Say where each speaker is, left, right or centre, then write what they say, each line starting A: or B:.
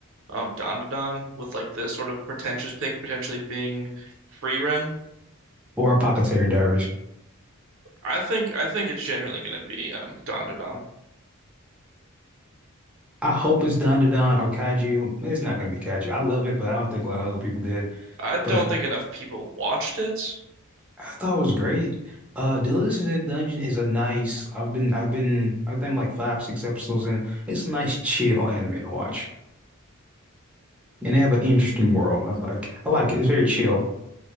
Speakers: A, on the right; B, in the centre.
A: um Dandadan with like the sort of pretentious pick potentially being Frieren.
B: or Apothecary Diaries.
A: I think I think it's genuinely gonna be um Dandadan.
B: I hope it's Don Don or Kaiju. It's not gonna be Kaiju. I love it, but I don't think a lot of other people did.
A: I don't
B: But
A: think enough people watched it.
B: I thought it was great. Uh, Delicious in Dungeon is a nice. I've been, I've been, I think like five, six episodes in. It's a nice chill anime to watch, and they have an interesting world. I like, I like it. It's very chill.